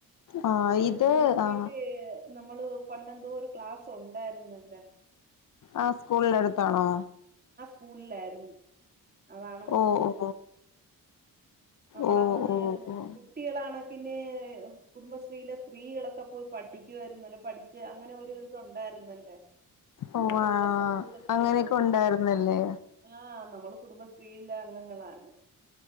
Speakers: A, on the left; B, on the right.
A: ആ
B: നമ്മള്
A: ഇത്
B: കുടുംബശ്രീയില്
A: ആ
B: നമ്മള് പണ്ടെന്തോ ഒരു ക്ലാസ് ഉണ്ടായിരുന്നല്ലോ
A: ആ സ്കൂളിന് അടുത്താണോ
B: സ്കൂളിലാരുന്നു അതാണെന്ന്
A: ഓ
B: തോന്നുന്നു
A: ഓ
B: നമ്മളന്ന്
A: ഓ ഓ ഓ
B: കുട്ടികളാണ് പിന്നെ കുടുംബശ്രീയിലെ സ്ത്രീകളൊക്കെ പോയി പഠിപ്പിക്കുവായിരുന്നല്ലോ പഠിച്ച് അങ്ങനെ ഒരു ഇതു ഉണ്ടായിരുന്നല്ലോ
A: ഓ
B: ഒരു
A: ആ
B: ദിവസം ഫുള്ള് ക്ലാസ്
A: അങ്ങനെയൊക്കെ ഉണ്ടായിരുന്നല്ലേ
B: ആഹ് നമ്മള് കുടുംബ ഫീൽഡ് അംഗങ്ങളാണ്